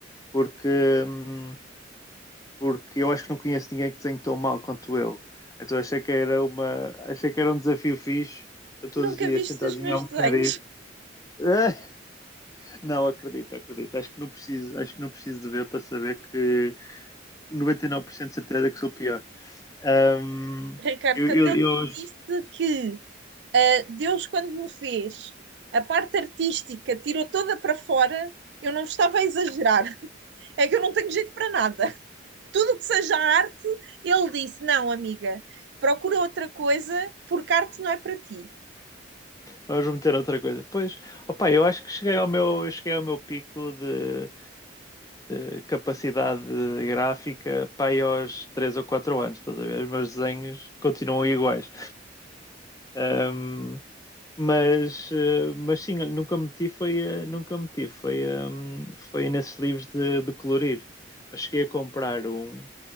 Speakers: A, on the left; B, on the right.
A: Porque, hum, porque eu acho que não conheço ninguém que desenhe tão mal quanto eu. Então achei que era uma, achei que era um desafio fixe. Eu todos
B: Nunca
A: os dias
B: viste
A: tentar
B: os
A: desenhar
B: meus
A: um bocadinho.
B: desenhos,
A: <laughs> Ah, Não, acredito, acredito. Acho que não preciso, acho que não preciso de ver para saber que 99% de certeza que sou pior. Ahm,
B: <laughs> Ricardo,
A: eu,
B: quando
A: eu,
B: eu
A: eu
B: te
A: <laughs> hoje-
B: disse que ah, Deus, quando me fez a parte artística, tirou toda para fora, eu não estava a exagerar. <laughs> É que eu não tenho jeito para nada. tudo que seja arte, ele disse: Não, amiga, procura outra coisa, porque arte não é para ti.
A: Vamos meter outra coisa. Pois, opa, eu acho que cheguei ao meu, eu cheguei ao meu pico de, de capacidade gráfica para aí aos 3 ou 4 anos, estás a ver? Os meus desenhos continuam iguais. Um, mas, eh, mas sim, olha, nunca meti foi, eh, nunca meti foi, um, foi nesses livros de, de colorir. Eu cheguei a comprar um,